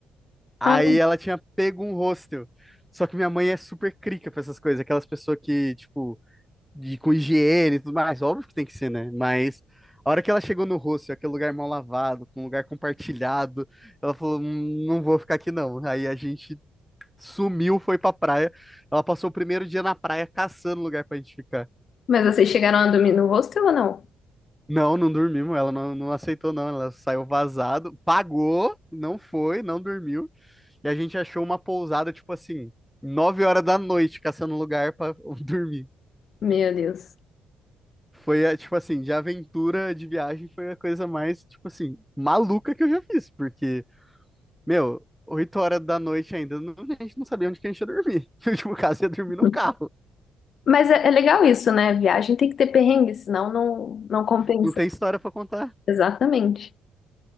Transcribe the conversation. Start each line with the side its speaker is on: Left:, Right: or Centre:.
Centre: Aí
Left: Ah,
Centre: ela tinha pego um hostel. Só que minha mãe é super crica pra essas coisas, aquelas pessoas que, tipo de, com higiene e tudo mais, óbvio que tem que ser, né? Mas a hora que ela chegou no hostel, aquele lugar mal lavado, com um lugar compartilhado, ela falou: "Hum, não vou ficar aqui não. Aí a gente sumiu, foi pra praia. Ela passou o primeiro dia na praia caçando lugar pra gente ficar.
Left: mas vocês chegaram a dormir no hostel ou não?
Centre: Não, não dormimos, ela não, não aceitou, não. Ela saiu vazado, pagou, não foi, não dormiu. E a gente achou uma pousada, tipo assim, nove horas da noite, caçando lugar pra <laughs> dormir.
Left: Meu Deus.
Centre: Foi, é, tipo assim, de aventura de viagem foi a coisa mais, tipo assim, maluca que eu já fiz, porque, meu, 8 horas da noite ainda, não- a gente não sabia onde que a gente ia dormir. <laughs> No último caso, ia dormir no
Left: <laughs>
Centre: carro.
Left: Mas é, é legal isso, né? Viagem tem que ter perrengue, senão não, não compensa.
Centre: Não tem história pra contar.
Left: Exatamente.